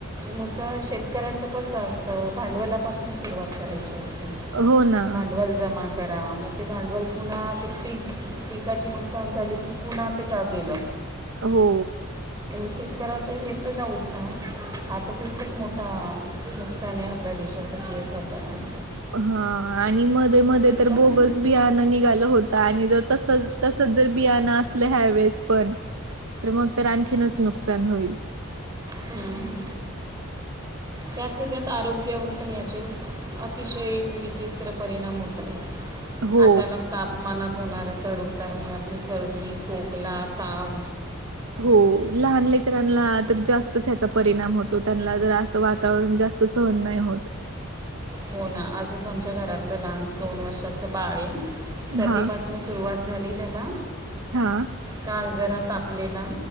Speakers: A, on the right; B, on the right.
A: मुसळ शेतकऱ्याचं कसं असतं भांडवलापासून सुरूवात करायची असते
B: हो ना
A: भांडवल जमा करा मग ते भांडवल पुन्हा ते पिक पिकाची नुकसान झाली की पुन्हा ते काम गेलं
B: हो
A: शेतकऱ्याचं हे त जाऊद्या हा तर खूपच मोठा नुकसानं आपल्या देशासाठी अ स्वतः आणि
B: ह आणि मदे मदे तर
A: पण
B: बोगस बियाण निघालं होत आणि जर तसचं, तसचं जर बियाणं असलं ह्यावेळेस पण तर मग तर आणखीनच नुकसान होईल.
A: हम्म हम्म.. त्याचत त्यात आरोग्यावर पण याचे अतिशय विचित्र परिणाम होत आहेत.
B: हो.
A: अचानक तापमानात होणाऱ्या चढउतारामुळे आपली सर्दी, खोकला, ताप.
B: हो लहान लेकरांला तर जास्तच ह्याचा परिणाम होतो त्यांला जर अस वातावरण जास् त सहन नाही होत.
A: हो ना आजच आमच्या घरातलं लहान दोन वर्षाचं बाळं सर्दीपास
B: हा
A: म सुरवात झाली त्याला,
B: हा
A: काल जरा तापलेला